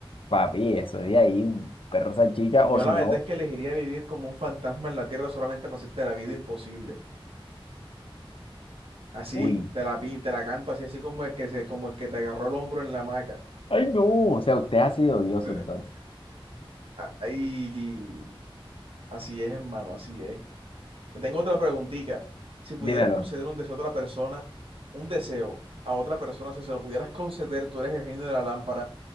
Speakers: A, on the left; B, on the right.
A: Papi, eso de ahí, un perro salchicha,
B: Yo
A: o si
B: la verdad
A: no,
B: es que elegiría vivir como un fantasma en la tierra solamente para hacerte la vida imposible. Así,
A: uy.
B: te la, pin- te la canto así, así como el que se, como el que te agarró el hombro en la hamaca.
A: Ay, no, o sea, usted ha sido odioso
B: <laughs>
A: entonces.
B: Ay, así es, hermano, así es. Te tengo otra preguntita. Si pudieras
A: Dímelo,
B: conceder un deseo a otra persona, un deseo a otra persona, si se lo pudieras conceder, tú eres el genio de la lámpara,